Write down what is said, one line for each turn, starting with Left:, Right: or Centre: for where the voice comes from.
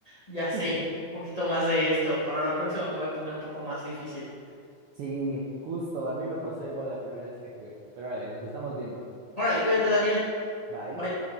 Left: ya sé
Right: <laughs>
Left: un poquito más de esto. Para la próxima me voy a poner un poco más difícil.
Right: Sí, justo, a mí me pasó igual la primera vez que jugué. Pero vale, nos estamos viendo.
Left: Órale, cuídate, Daniel.
Right: Bye.
Left: Bye.